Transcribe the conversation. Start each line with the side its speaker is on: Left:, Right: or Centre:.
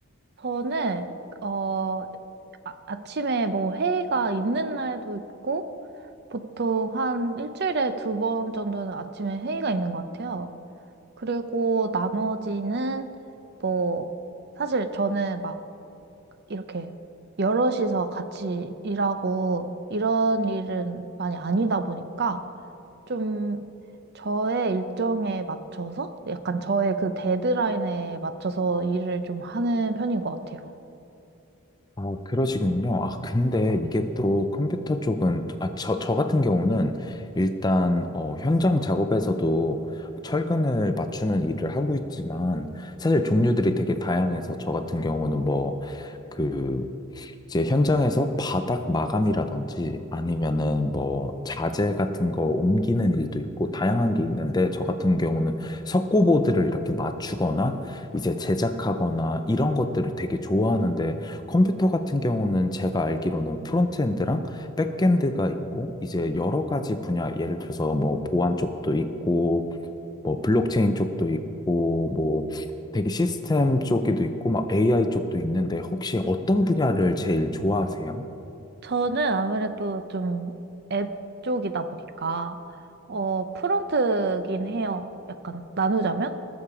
Right: 저는, 어, 아, 아침에 뭐 회의가 있는 날도 있고, 보통 한 일주일에 두 번 정도는 아침에 회의가 있는 것 같아요. 그리고 나머지는 뭐, 사실 저는 막 이렇게 여럿이서 같이 일하고 이런 일은 많이 아니다 보니까 좀 저의 일정에 맞춰서 약간 저의 그 데드라인에 맞춰서 일을 좀 하는 편인 것 같아요.
Left: 아, 그러시군요. 아,
Right: 네.
Left: 근데 이게 또 컴퓨터 쪽은, 아, 저, 저 같은 경우는 일단, 어, 현장 작업에서도 철근을 맞추는 일을 하고 있지만, 사실 종류들이 되게 다양해서 저 같은 경우는 뭐, 그 이제 현장에서 바닥 마감이라든지 아니면은 뭐 자재 같은 거 옮기는 일도 있고 다양한 게 있는데 저 같은 경우는 석고보드를 이렇게 맞추거나 이제 제작하거나 이런 것들을 되게 좋아하는데 컴퓨터 같은 경우는 제가 알기로는 프론트엔드랑 백엔드가 있고 이제 여러 가지 분야 예를 들어서 뭐 보안 쪽도 있고 뭐 블록체인 쪽도 있고 뭐 되게 시스템 쪽에도 있고 막 AI 쪽도 있는데 혹시 어떤 분야를 제일 좋아하세요?
Right: 저는 아무래도 좀 앱 쪽이다 보니까 어 프론트긴 해요. 약간 나누자면.